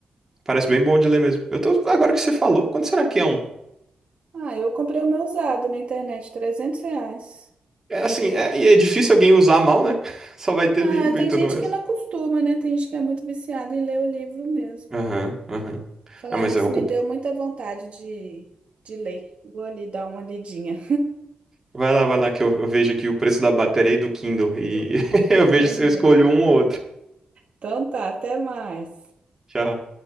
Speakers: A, on the right (about 15°); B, on the right (about 50°).
A: Parece bem bom de ler mesmo. Eu tô, agora que você falou, quando será que é um?
B: Ah, eu comprei o meu usado na internet, 300 reais.
A: É assim, é, e é difícil alguém usar mal, né? <laughs> Só vai ter
B: Ah,
A: livro
B: tem
A: e tudo
B: gente
A: mais.
B: que não acostuma, né? Tem gente que é muito viciada em ler o livro mesmo.
A: Aham, aham.
B: Falar
A: Ah, mas
B: nisso
A: eu ocupo.
B: me deu muita vontade de, de ler. Vou ali dar uma lidinha.
A: Vai lá, vai lá, que eu, eu vejo aqui o preço da bateria e do Kindle. E
B: <laughs>
A: <laughs> eu
B: Beleza.
A: vejo se eu escolho um ou outro.
B: Então tá, até mais.
A: Tchau.